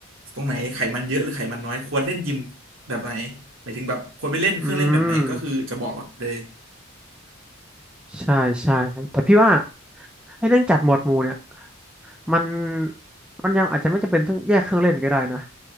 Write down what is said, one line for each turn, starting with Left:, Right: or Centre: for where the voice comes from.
Right: ตรงไหนไขมันเยอะหรือไขมันน้อยควรเล่นยิมแบบไหนหมายถึงแบบควรไปเล่นเครื่องเล่นแบบไหนก็คือจะบอกเลย
Centre: อืมใช่ใช่แต่พี่ว่าไอ้เรื่องจัดหมวดหมู่เนี่ย มันมันยังอาจจะไม่จำเป็นต้องแยกเครื่องเล่นก็ได้นะ